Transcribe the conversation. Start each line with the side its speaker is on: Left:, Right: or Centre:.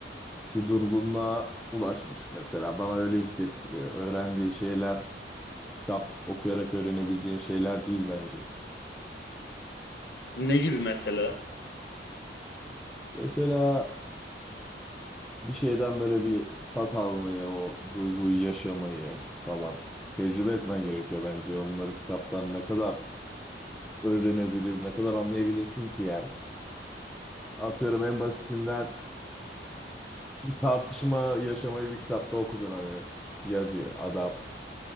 Centre: bir durgunluğa ulaşmış mesela bana öyle hissettiriyor. Öğrendiği şeyler kitap okuyarak öğrenebileceğin şeyler değil bence.
Left: Ne gibi mesela?
Centre: Mesela bir şeyden böyle bir tat almayı, o duyguyu yaşamayı falan tecrübe etmen gerekiyor bence. Onları kitaptan ne kadar öğrenebilir, ne kadar anlayabilirsin ki yani. Atıyorum en basitinden bir tartışma yaşamayı bir kitapta okudun hani yazıyor adam.